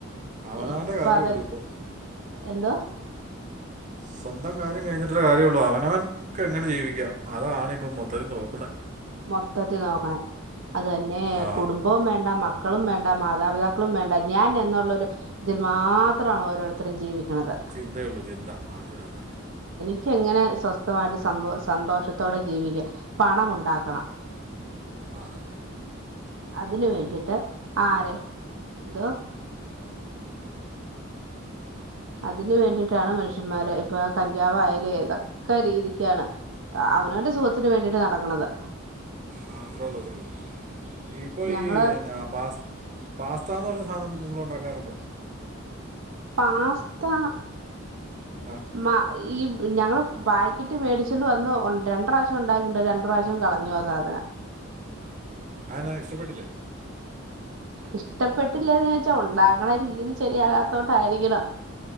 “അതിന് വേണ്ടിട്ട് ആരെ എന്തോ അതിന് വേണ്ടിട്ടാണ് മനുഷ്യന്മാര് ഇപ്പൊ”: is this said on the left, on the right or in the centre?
Right